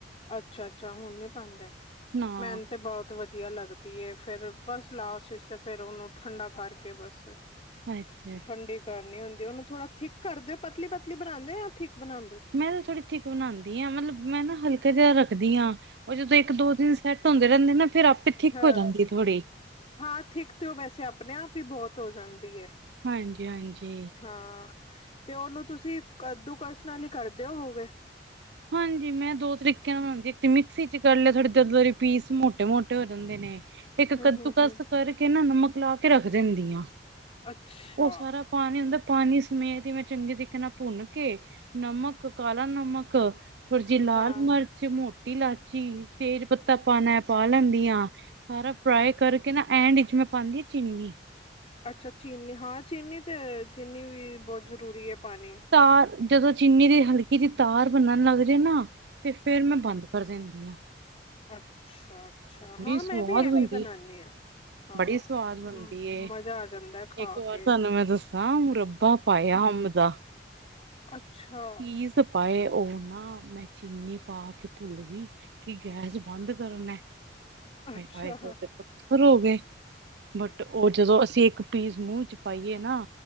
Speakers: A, on the left; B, on the right.
A: ਅੱਛਾ-ਅੱਛਾ ਹੁਣ ਨੀ ਪਾਉਂਦੇ
B: ਨਾ
A: ਮੈਨ ਤੇ ਬਹੁਤ ਬਹੁਤ ਵਧੀਆ ਲੱਗਦੀ ਐ ਫੇਰ ਬਸ ਲਾਸਟ ਚ ਤੇ ਫੇਰ ਉਹਨੂੰ ਠੰਡਾ ਕਰਕੇ ਬਸ।
B: ਅੱਛਾ ਅੱਛਾ
A: ਠੰਡੀ ਕਰਨੀ ਹੁੰਦੀ ਉਨੂ ਉਹ ਥੋੜਾ ਥਿੱਕ ਕਰ ਦੇਓ ਪਤਲੀ-ਪਤਲੀ ਬਣਾਦੇ ਯਾਂ ਥਿੱਕ ਬਣਾ
B: ਮੈਂ ਤਾਂ ਥੋੜ੍ਹੀ ਥਿੱਕ ਬਣਾਦੀ ਆ ਮਤਲਬ, ਮੈਂ ਨਾ ਹਲਕਾ ਜਿਹਾ ਰੱਖਦੀ ਆ ਉਹ ਜਦੋਂ ਇੱਕ-ਦੋ ਦਿਨ ਸੈਂਟ ਹੁੰਦੇ ਰੈਂਦੇ ਨੇ ਨਾ ਫੇਰ ਆਪੇ ਥਿੱਕ
A: ਹਾਂ-ਹਾਂ,
B: ਹੋ ਜਾਂਦੀ ਹੈ ਥੋੜ੍ਹੀ
A: ਥਿੱਕ ਤੇਔ ਵੈਸੇ ਆਪਣੇ ਆਪ ਹੀ ਬੋਹਤ ਹੋ ਜਾਂਦੀ ਐ।
B: ਹਾਂਜੀ ਹਾਂਜੀ
A: ਹਾਂ। ਤੇ ਔਨੂੰ ਤੂਸੀ ਕੱਦੂ ਕੱਸ ਨਾਲ ਈ ਕਰਦੇ ਹੋਵੋਗੇ?
B: ਹਾਂਜੀ, ਮੈਂ ਦੋ ਤਰੀਕੇ ਨਾਲ ਹਾਂਜੀ, ਇਕ ਤੇ ਮਿਕਸੀ ਚ ਕਾਰ ਲੇਆ, ਥੋੜੇ ਦਰ-ਦਰੇ ਪੀਸ ਮੋਟੇ-ਮੋਟੇ ਹੋ ਜਾਂਦੇ ਨੇ ਇੱਕ
A: ਹਮ
B: ਕੱਦੂਕਸ
A: ਹਮ ਹਮ
B: ਕਰਕੇ ਨਾ ਨਮਕ ਲਾ ਕੇ ਰੱਖ ਦੇਂਦੀ ਆਂ,
A: ਅੱਛਾ
B: ਓ ਸਾਰਾ ਪਾਣੀ ਹੁੰਦਾ ਪਾਣੀ ਸਮੇਤ ਹੀ। ਮੈਂ ਚੰਗੇ ਤਰੀਕੇ ਨਾਲ ਭੁੰਨ ਕੇ ਨਮਕ, ਕਾਲਾ ਨਮਕ ਨਮਕ ਥੋੜੀ ਜਿਹੀ ਲਾਲ
A: ਹਾਂ
B: ਮਰਚ ਮੋ ਸੌਟੀ ਲਾਚੀ, ਤੇਜ਼ ਪੱਤਾ ਪਾਣਾ ਪਾ ਲੈਂਨੀਆ ਸਾਰਾ ਫਰਾਈ ਕਰ ਨਾ ਐਂਡ ਇਚ ਮੈਂ ਪਾਦੀ ਚੀਨੀ।
A: ਅੱਛਾ, ਚੀਨੀ ਹਾਂ ਚੀਨੀ ਤੇ ਚੀਨੀ ਵੀ ਬਹੁਤ ਜ਼ਰੂਰੀ ਹੈ ਪਾਣੀ।
B: ਤਾਂ, ਜਦੋਂ ਚੀਨੀ ਦੀ ਹਲਕੀ ਦੀ ਤਾਰ ਬੰਨਣ ਲੱਗ ਜਾਏ ਨਾ ਤੇ ਫੇਰ, ਮੈਂ ਬੰਦ ਕਰ ਦਿੰਦੀ ਹਾਂ।
A: ਅੱਛਾ-ਅੱਛਾ ਹਾਂ
B: ਸਵਾਦ
A: ਮੈਂ ਵੀ ਐਵੇਂ
B: ਬਣਦੀ
A: ਬਣਾਉਦੀ ਹਾਂ। ਹਾਂ
B: ਬੜੀ ਸਵਾਦ ਬਣਦੀ ਏ,
A: ਮਜ਼ਾ ਆ ਜਾਂਦਾ ਖਾ
B: ਇੱਕ ਵਾਰ
A: ਕੇ
B: ਤੁਹਾਨੂੰ ਮੈਂ ਦੱਸਾਂ ਮੁਰੱਬਾ ਪਾਇਆ ਹਮ ਦਾ।
A: ਅੱਛਾ
B: ਕਿ ਚੀਜ਼ ਪਾਏ, ਉਹ ਨਾ ਮੈਂ ਚੀਨੀ ਪਾ ਕੇ ਭੁੱਲ ਗਈ। ਕਿ ਗੈਸ ਬੰਦ ਕਰਨਾ?
A: ਅੱਛਾ
B: ਹਾਏ-ਹਾਏ ਫ਼ਿਰ ਪੱਥਰ ਹੋ ਗਏ। ਬਟ, ਉਹ ਜਦੋਂ ਅਸੀਂ ਇੱਕ ਪੀਸ ਮੂੰਹ ਚ ਪਾਈਏ ਨਾ